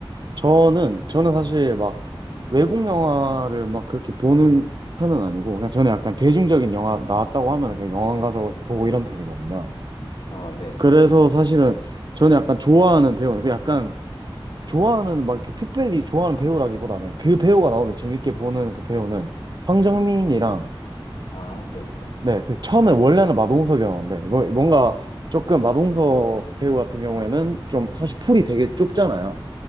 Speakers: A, on the right; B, on the left.
A: 저는, 저는 사실 막 외국 영화를 막 그렇게 보는 편은 아니고, 그냥 저는 약간 대중적인 영화 나왔다고 하면 그냥 영화관 가서 보고 이런 편이거든요.
B: 아, 네.
A: 그래서 사실은 저는 약간 좋아하는 배우는, 그 약간 좋아하는 막 이렇게 특별히 좋아하는 배우라기보다는 그 배우가 나오면 재밌게 보는 그 배우는 황정민이랑,
B: 아, 네, 네.
A: 네, 그 처음에 원래는 마동석이었는데, 뭐- 뭔가 조금 마동석 배우 같은 경우에는 좀 사실 풀이 되게 좁잖아요.